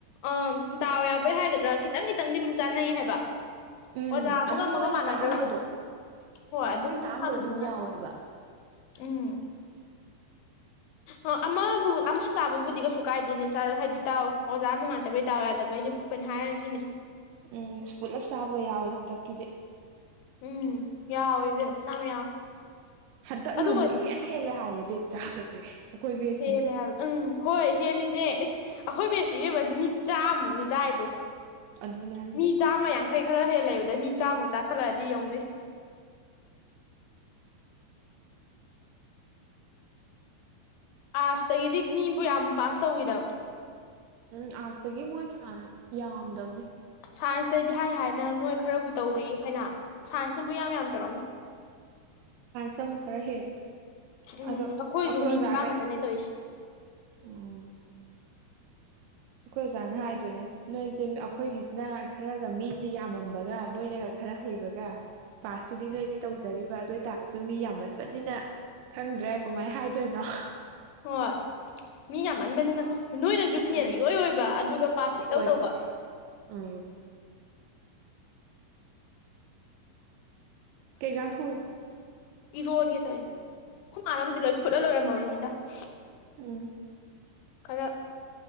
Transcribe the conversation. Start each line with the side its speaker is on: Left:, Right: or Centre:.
Left: ꯑꯥꯥ ꯗꯥꯎ ꯌꯥꯕꯩ ꯍꯥꯏꯒꯗ꯭ꯔꯥ ꯈꯤꯇꯪ ꯈꯤꯇꯪꯗꯤ ꯑꯗꯨꯝ ꯆꯥꯟꯅꯩ ꯍꯥꯏꯕ
Right: ꯎꯝ
Left: ꯑꯣꯖꯥ ꯑꯃꯒ
Right: ꯑꯗꯨꯝ
Left: ꯑꯃꯒ
Right: ꯃꯣꯏꯅ
Left: ꯃꯥꯟꯅꯗ꯭ꯔꯁꯨ
Right: ꯇꯥꯛꯑꯝꯕꯗꯣ
Left: ꯍꯣꯏ ꯑꯗꯨꯝ
Right: ꯃꯣꯏꯅ ꯇꯥꯛꯑꯝꯕꯗꯣ
Left: ꯐꯪꯉꯤ
Right: ꯑꯗꯨꯝ
Left: ꯉꯥꯛꯇꯅꯦ
Right: ꯌꯥꯎꯋꯦꯕ
Left: ꯎꯝ ꯑꯣ ꯑꯃꯕꯨ ꯑꯃ ꯆꯥꯕꯕꯨꯗꯤ ꯀꯩꯁꯨ ꯀꯥꯏꯗꯦꯅꯦ ꯆ ꯍꯥꯏꯗꯤ ꯗꯥꯎ ꯑꯣꯖꯥ ꯅꯨꯡꯉꯥꯏꯇꯕꯩ ꯗꯥꯎ ꯌꯥꯗꯕꯩꯅꯦ ꯈꯣꯠꯄꯅꯤ ꯍꯥꯏꯔꯖꯤꯅꯦ
Right: ꯎꯝ ꯄꯨꯂꯞ ꯆꯥꯕꯒ ꯌꯥꯎꯋꯤꯗ ꯍꯟꯗꯛ ꯀꯤꯗꯤ
Left: ꯎꯝ ꯌꯥꯎꯋꯤꯏꯕꯦꯝ ꯐꯅꯥꯝ ꯌꯥꯎꯋꯦ
Right: ꯍꯗꯛꯅ
Left: ꯑꯗꯨꯒꯗꯤ
Right: ꯑꯃꯨꯛ ꯏꯍꯦꯟ ꯍꯦꯂꯦ ꯍꯥꯏꯌꯦ ꯕꯦꯛ ꯆꯥꯕꯁꯦ ꯕꯦꯁꯁꯤꯅ
Left: ꯍꯦꯜꯂꯦ ꯍꯥꯏ ꯎꯝ ꯍꯣꯏ ꯍꯦꯜꯂꯤꯅꯦ ꯏꯁ ꯑꯩꯈꯣꯏ ꯕꯦꯁꯇꯤ ꯏꯕꯦꯝꯃ ꯃꯤ ꯆꯥꯝꯃꯃꯨꯛꯅꯤ ꯆꯥꯏꯗꯣ
Right: ꯑꯗꯨꯅꯦ ꯍꯥꯏꯁꯦ
Left: ꯃꯤ ꯆꯥꯝꯃ ꯌꯥꯡꯈꯩ ꯈꯔ ꯍꯦꯜ ꯂꯩꯕ ꯑꯗ ꯃꯤ ꯆꯥꯃꯨꯛ ꯆꯥꯈꯠꯂꯛꯑꯗꯤ ꯌꯦꯡꯎꯅꯦ ꯑꯔꯠ꯭ꯁꯇꯒꯤꯗꯤ ꯃꯤꯕꯨ ꯌꯥꯝ ꯄꯥꯁ ꯇꯧꯒꯤꯗꯕꯅꯦ
Right: ꯎꯝ ꯑꯥꯔꯠꯁꯇꯒꯤ ꯃꯣꯏ ꯀꯌꯥꯅꯣ ꯌꯥꯝꯗꯕꯅꯤ
Left: ꯁꯥꯏꯟꯁꯇꯩꯗꯤ ꯍꯥꯏ ꯍꯥꯏꯅ ꯅꯣꯏ ꯈꯔꯕꯨ ꯇꯧꯔꯤ ꯐꯅꯌꯥꯝ ꯁꯥꯏꯟꯁ ꯁꯨꯝꯕꯨ ꯌꯥꯝ ꯌꯥꯝ ꯇꯧꯔꯝꯅꯦ
Right: ꯇꯃꯨꯛ ꯈꯔ ꯍꯦꯜꯂꯦ
Left: ꯎꯝ
Right: ꯑꯗꯣ
Left: ꯑꯩꯈꯣꯏꯁꯨ
Right: ꯑꯩꯈꯣꯏ
Left: ꯃꯤ
Right: ꯑꯣꯖꯥꯒꯩ
Left: ꯅꯤꯄꯥꯟ ꯈꯛꯇꯅꯦ ꯇꯧꯔꯤꯁꯦ
Right: ꯎꯝ ꯑꯩꯈꯣꯏ ꯑꯣꯖꯥꯅ ꯍꯥꯏꯗꯣꯏꯅꯦ ꯅꯣꯏꯁꯦ ꯑꯩꯈꯣꯏꯒꯤꯁꯤꯅ ꯈꯔꯒ ꯃꯤꯁꯦ ꯌꯥꯝꯃꯝꯕꯒ ꯅꯣꯏꯅꯒ ꯈꯔ ꯍꯩꯕꯒ ꯄꯥꯁꯇꯨꯗꯤ ꯅꯣꯏꯁꯦ ꯇꯧꯖꯔꯤꯕ ꯑꯗꯨ ꯑꯣꯏ ꯇꯔꯁꯨ ꯃꯤ ꯌꯥꯝꯃꯟ ꯅꯤꯅ ꯈꯪꯗ꯭ꯔꯦ ꯀꯃꯥꯏ ꯍꯥꯏꯗꯣꯏꯅꯣ
Left: ꯍꯣꯏ ꯃꯤ ꯌꯥꯝ ꯃꯟ ꯃꯅꯤꯅ ꯅꯣꯏꯅꯁꯨ ꯐꯦꯟ
Right: ꯑꯥ
Left: ꯏꯑꯣꯏ ꯑꯣꯏꯕ ꯑꯗꯨꯒ ꯄꯥꯁꯁꯨ ꯏꯇꯧ
Right: ꯑꯣꯏ
Left: ꯇꯧꯕ
Right: ꯑꯣꯏ ꯎꯝ ꯀꯩꯖꯥꯡ ꯊꯣꯡꯒꯤꯅꯣ
Left: ꯏ ꯔꯣꯅꯒꯦ ꯇꯧꯏꯅꯦ ꯑꯈꯣ ꯃꯥꯅꯕꯨꯗꯤ ꯂꯣꯏ ꯐꯨꯠꯂ ꯂꯣꯏꯔꯃ <unintelligible>
Right: ꯎꯝ
Left: ꯈꯔ